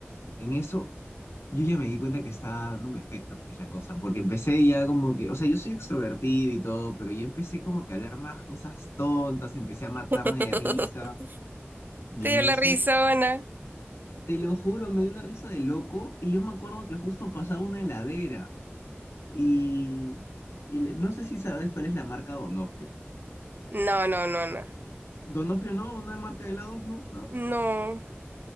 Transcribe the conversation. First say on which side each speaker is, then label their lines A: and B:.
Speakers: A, on the left (about 80°); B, on the right (about 50°).
A: en eso yo ya me di cuenta que está dándome efecto, pues la cosa, porque empecé ya como que, o sea, yo soy extrovertido y todo, pero ya empecé como que a hablar más cosas tontas, empecé a matarme
B: <laughs>
A: de risa, y
B: Te
A: en
B: dio
A: eso,
B: la risa, No,
A: te lo juro, me dio una risa de loco, y yo me acuerdo que justo pasaba una heladera, y, y le- no sé si sabes cuál es la marca Donofrio.
B: no, no, no.
A: Donofrio no, una marca de helados, no,
B: No,